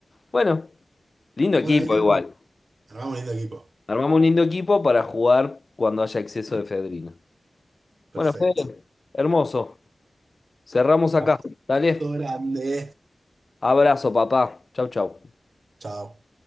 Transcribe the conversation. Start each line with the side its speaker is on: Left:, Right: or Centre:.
Left: Bueno. Lindo equipo
Right: Bueno, ahí tenemos.
Left: igual.
Right: Armamos un lindo equipo.
Left: Armamos un lindo equipo para jugar cuando haya exceso de efedrina.
Right: Perfecto.
Left: Bueno, Fede, hermoso. Cerramos acá.
Right: Abrazo
Left: Dale.
Right: grande.
Left: Abrazo, papá. Chau, chau.
Right: Chao.